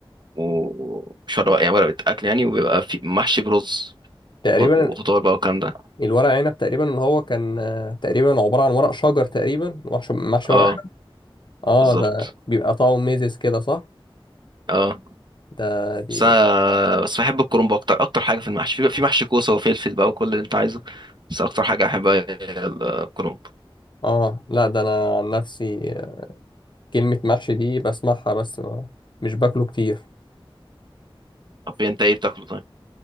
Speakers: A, on the right; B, on the left.
A: ومش ورق يعني ورق اكل يعني وبيبقى في محشي برز
B: تقريبا
A: وخ- وخضار بقى والكلام ده
B: الورق عنب تقريبا اللي هو كان آه، تقريبا عبارة عن ورق شجر تقريبا محشي محشي
A: اه
B: ورق عنب اه
A: بالظبط
B: ده بيبقى طعمه ميزز كده صح
A: اه
B: ده دي
A: بس أنا بس بحب الكرنب اكتر اكتر حاجه في المحشي في في محشي كوسه وفلفل بقى وكل اللي انت عايزه بس اكتر حاجه احبها هي الكرنب
B: اه لا ده انا عن نفسي آه، كلمة محشي دي بسمعها بس ما- مش باكله كتير
A: طب انت ايه بتاكله طيب